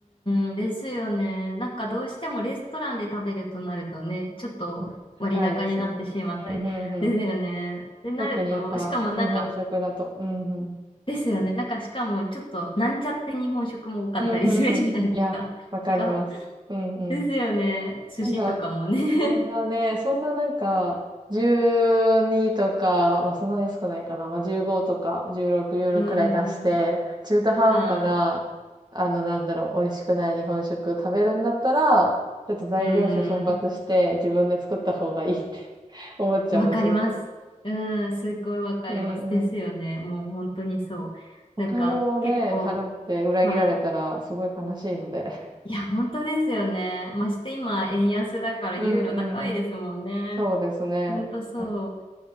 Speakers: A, on the left; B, on the right.
A: ーん、ですよね。なんかどうしてもレストランで食べるとなるとね、ちょっと割高になってしまったり、
B: まあ高いですよね。うんうんうん。
A: ですよね。ってなると、
B: 特にやっぱ日本食だと。
A: しかもなんか、
B: うんうん。
A: ですよね。なんかしかもちょっとなんちゃって日本食も多かったりするじゃないですか。
B: うん、うん、うん。いや、
A: <laughs>
B: わかります。
A: なんか、
B: うん、うん。
A: ですよね。寿司とかもね。
B: なんか、そんなね、
A: <laughs>
B: そんななんか、12とか、まあそんな安くないかな。まあ15とか16ユーロくらい出して、
A: うーん、
B: 中途半端な、
A: は
B: あの、なんだろう、美味しくない日本食食べるんだったら、ちょっと材料費奮発して自分で作った方がいいって
A: い、うーん、
B: <laughs> 思っちゃうんですよね。
A: わかります。うーん、すごいわかります。
B: うん、
A: ですよね。
B: うん。
A: もう本当にそう。なんか結構、
B: お金をね、払って裏切られたらすごい悲しいので。
A: はい、いや、本当ですよね。まして今、円安だからユーロ高いですもんね。
B: うん、うん、うん。そうですね。
A: 本当そう。
B: うん、